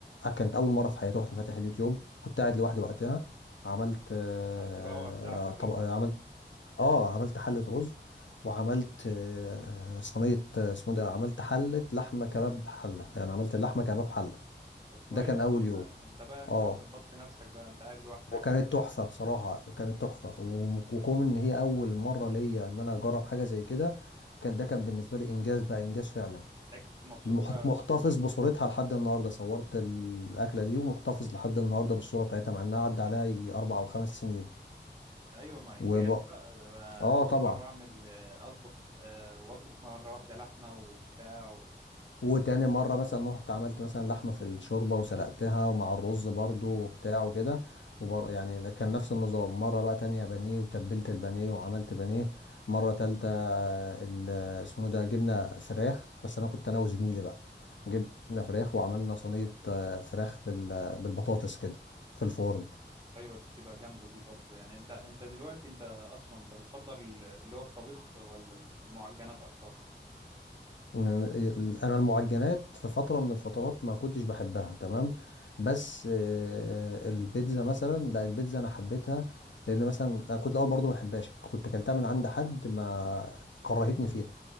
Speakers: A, on the left (about 85°); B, on the right (about 25°).
A: آه، كانت اول مره في حياتي رحت فاتح اليوتيوب كنت قاعد لوحدي وقتها عملت آه،
B: رحت بقى وابدعت في
A: طب
B: المطبخ
A: آه، عملت اه عملت حله رز وعملت آه، صينيه آه، اسمه ده عملت حله لحمه كباب حله يعني عملت اللحمه كباب حله
B: طب كويس
A: ده كان اول يوم
B: آه، انت بقى انت
A: اه
B: ظبطت نفسك بقى انت قاعد لوحدك
A: وكانت
B: و-
A: تحفة بصراحة كانت تحفة و- وكون ان هي اول مرة ليا ان انا اجرب حاجة زي كده كان ده كان بالنسبة لي انجاز بقى انجاز فعلا
B: ساعات كنت مبسوط
A: المح-
B: بقى
A: محتفظ
B: مبسوط
A: بصورتها لحد النهاردة صورت الاكلة دي ومحتفظ لحد النهاردة بالصورة بتاعتها مع انها عدى عليها يجي اربع او خمس سنين
B: ايوه ما انجاز
A: وب...
B: بقى ده أنا
A: اه
B: اول
A: طبعا
B: مره اعمل آه، اطبخ آه، واطبخ مره واحده لحمه وبتاع و...
A: وتاني مرة مثلا رحت عملت مثلا لحمة في الشوربة وسلقتها ومع الرز برضو وبتاع وكده وبر... يعني كان نفس النظام مرة بقى تانية بانيه وتبلت البانيه وعملت بانيه مرة تالتة ال- اسمه ده جبنا فراخ بس أنا كنت أنا وزميلي بقى جبنا فراخ وعملنا صينية آه، فراخ بال... بالبطاطس كده في الفرن
B: ايوه دي بتبقى جامده دي برضو يعني انت انت دلوقتي انت اصلا انت بتفضل اللي هو الطبيخ ولا المعجنات اكتر
A: م- ال- انا المعجنات في فتره من الفترات ما كنتش بحبها تمام بس آه، البيتزا مثلا لا البيتزا انا حبيتها لان مثلا أنا كنت الاول برضو ما بحبهاش كنت اكلتها من عند حد ما كرهتني فيها